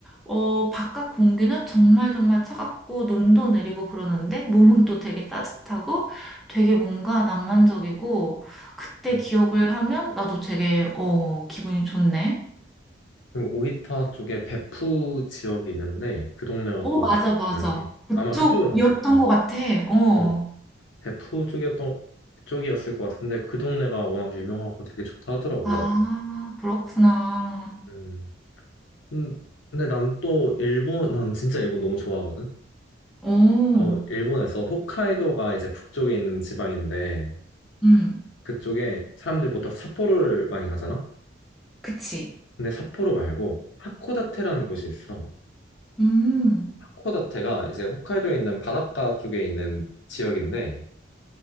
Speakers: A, in the centre; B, on the left.
A: 어, 바깥 공기는 정말 정말 차갑고, 눈도 내리고 그러는데, 몸은 또 되게 따뜻하고, 되게 뭔가 낭만적이고, 그때
B: 음.
A: 기억을 하면 나도 되게, 어, 기분이 좋네.
B: 그 오이타 쪽에 베푸 지역이 있는데 그 동네가
A: 어,
B: 또 엄청
A: 맞아, 맞아.
B: 유명해.
A: 그쪽이었던
B: 아마 그쪽으로 갔을 거야.
A: 것 같아. 어.
B: 어. 대포 쪽이었던 쪽이었을 것 같은데 그 동네가 워낙 유명하고 되게 좋다 하더라고
A: 아,
B: 나도.
A: 그렇구나.
B: 음. 음, 근데 난 또 일본 난 진짜 일본 너무 좋아하거든.
A: 어,
B: 어, 일본에서 홋카이도가 이제 북쪽에 있는 지방인데
A: 음,
B: 그쪽에 사람들이 보통 삿포로를 많이 가잖아.
A: 그치.
B: 근데 삿포로 말고 하코다테라는 곳이 있어.
A: 음,
B: 하코다테가 이제 홋카이도에 있는 바닷가 쪽에 있는 지역인데